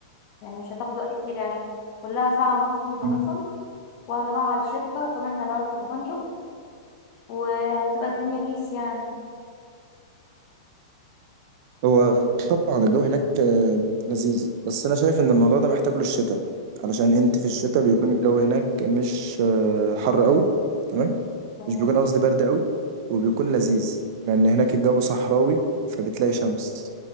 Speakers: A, on the left; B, on the right.
A: يعني مش هتاخد وقت كتير يعني كلها ساعة ونص وهنصل
B: متأكد.
A: وهنروح على الشركة وكمان هنقعد في فندق وهتبقى الدنيا بيس يعني
B: هو طبعا الجو هناك آه، لذيذ بس أنا شايف إن الموضوع ده محتاج له الشتاء علشان
A: مم.
B: أنت في الشتاء بيكون الجو هناك مش آه، حر قوي تمام
A: تمام
B: مش بيكون قصدي برد قوي وبيكون لذيذ لان هناك الجو صحراوي فبتلاقي شمس